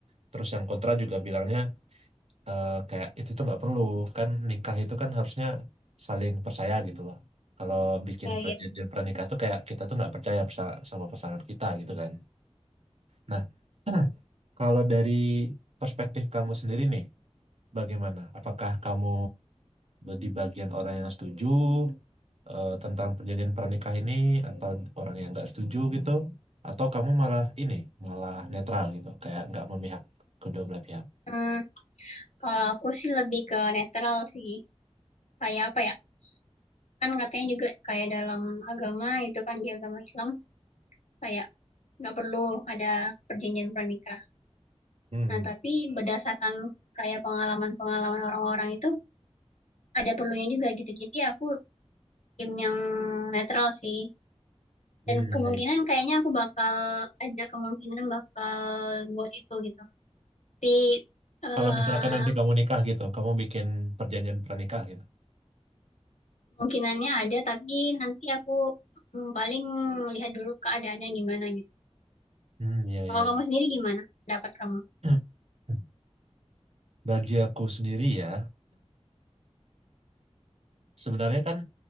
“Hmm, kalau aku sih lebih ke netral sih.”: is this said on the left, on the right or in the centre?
Left